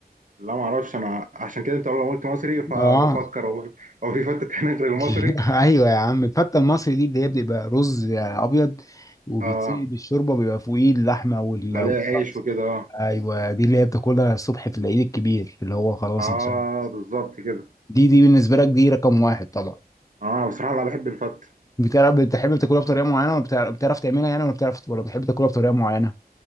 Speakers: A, on the right (about 50°); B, on the left (about 20°).
A: لا ما اعرفش انا عشان كده انت لما قلت مصري فبفكر
B: اه
A: هو <laughs> هو في فته تانية غير
B: <laughs>
A: المصري
B: ايوه يا عم الفته المصري دي اللي هي بيبقى رز ابيض وبيتسقي
A: اه
B: بالشوربه بيبقى فوقيه اللحمه وال-
A: عليها
B: والصلصه
A: عيش وكده اه
B: ايوه دي اللي هي بتاكلها الصبح في العيد الكبير اللي هو خلاص
A: اه
B: انسان
A: بالظبط كده
B: دي دي بالنسبه لك دي رقم واحد طبعا
A: اه انا بصراحه لا بحب الفته
B: بتعرف بتحب تاكلها بطريقه معينه ولا بتعرف بتعرف تعملها يعني ولا بتعرف ولا بتحب تاكلها بطريقه معينه